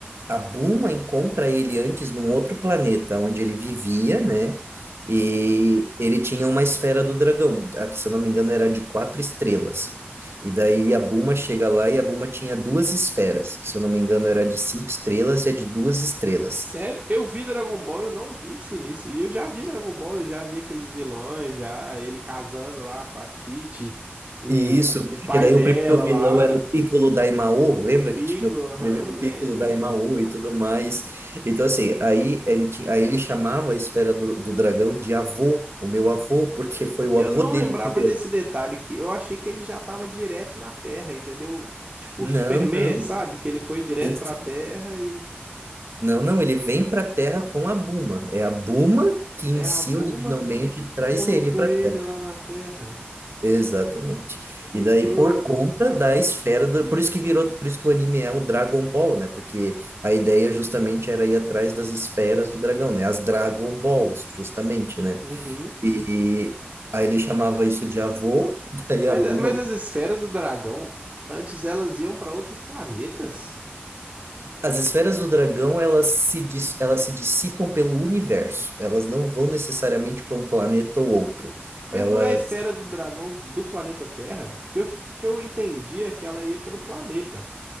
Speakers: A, on the right (about 80°); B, on the right (about 35°).
A: a Buma encontra ele antes num outro planeta onde ele vivia, né? E
B: Uhum.
A: ele tinha uma esfera do dragão, a que, se eu não me engano, era de quatro estrelas. E daí a Buma chega lá e a Buma tinha duas esferas, que, se eu não me engano, era de cinco estrelas e a de duas estrelas.
B: Sério? Eu vi Dragon Ball, eu não vi esse início. E eu já vi Dragon Ball, eu já vi aqueles vilões, já ele casando lá com a Titi, o,
A: E isso,
B: o pai
A: que daí
B: dela
A: o primeiro
B: lá,
A: vilão era o Piccolo Daimaô, lembra
B: o Piccolo,
A: que tinha o
B: aham,
A: primeiro o
B: lembro,
A: Piccolo Daimaô
B: pô.
A: e tudo mais. Então, assim, aí ele, ti- aí ele chamava a esfera do, do dragão de avô, o meu avô, porque foi
B: Eu
A: o avô
B: não
A: dele
B: lembrava
A: que deu.
B: desse detalhe que eu achei que ele já estava direto na Terra, entendeu? Tipo
A: Não,
B: o Superman,
A: não,
B: sabe? Que ele foi direto
A: sim, sim.
B: pra Terra e
A: Não, não, ele vem para a Terra com a Buma. É a Buma que
B: é
A: em
B: a
A: si
B: Buma
A: originalmente
B: que, que
A: traz
B: colocou
A: ele para
B: ele lá na Terra.
A: Exatamente.
B: Que
A: E daí,
B: doido.
A: por conta da esfera do... Por isso que virou, por isso que o anime é o Dragon Ball, né? Porque a ideia justamente era ir atrás das esferas do dragão, né? As Dragon Balls, justamente, né?
B: Uhum.
A: E aí ele chamava isso de avô, <laughs> daí
B: Mas,
A: a Bulma...
B: é- mas as esferas do dragão, antes elas iam pra outros planetas?
A: As esferas do dragão, elas se, dis- elas se dissipam pelo universo. Elas não vão necessariamente para um planeta ou outro.
B: Mas
A: Elas...
B: não é a esfera do dragão do planeta Terra? Que eu, fi- que eu entendia que ela ia pelo planeta.